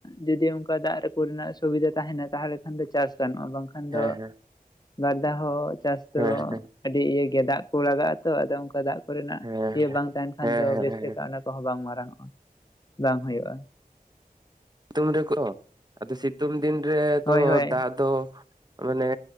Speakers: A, on the left; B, on the right.
A: ᱡᱩᱫᱤ ᱚᱱᱠᱟ ᱫᱟᱜᱽ ᱠᱚᱨᱮ ᱨᱮᱱᱟᱜ ᱥᱩᱵᱤᱫᱷᱟ ᱛᱟᱦᱮᱱᱟ ᱛᱟᱦᱚᱞᱮ ᱵᱟᱝᱠᱷᱟᱱ ᱫᱚ ᱪᱟᱥ ᱜᱟᱱᱚᱜ-ᱟ ᱵᱟᱝᱠᱷᱟᱱ
B: ᱦᱮᱸ
A: ᱫᱚ
B: ᱦᱮᱸ
A: ᱵᱟᱨ ᱫᱷᱟᱣ ᱦᱚᱸ ᱪᱟᱥ
B: ᱦᱮᱸ
A: ᱫᱚ
B: ᱦᱮᱸ
A: ᱟᱹᱰᱤ ᱤᱭᱟᱹ ᱜᱮᱭᱟ ᱫᱟᱜᱽ ᱠᱚ ᱞᱟᱜᱟᱜ-ᱟ ᱛᱚ ᱟᱫᱚ ᱚᱱᱠᱟ ᱫᱟᱜᱽ ᱠᱚᱨᱮᱱᱟᱜ
B: ᱦᱮᱸ
A: ᱤᱭᱟᱹ ᱵᱟᱝ ᱛᱟᱦᱮᱱ ᱠᱷᱟᱱ
B: ᱦᱮᱸ
A: ᱫᱚ
B: ᱦᱮᱸ
A: ᱵᱮᱥ
B: ᱦᱮᱸ
A: ᱞᱮᱠᱟ᱾ ᱚᱱᱟ ᱠᱚᱦᱚᱸ ᱵᱟᱝ ᱢᱟᱨᱟᱝᱚᱜ-ᱟ ᱵᱟᱝ ᱦᱩᱭᱩᱜ-ᱟ᱾
B: ᱥᱤᱛᱩᱝ ᱨᱮᱠᱚ ᱟᱫᱚ ᱥᱤᱛᱩᱝ ᱫᱤᱱ ᱨᱮᱫᱚ
A: ᱦᱳᱭ ᱦᱳᱭ
B: ᱫᱟᱜᱽ ᱫᱚ ᱢᱟᱱᱮ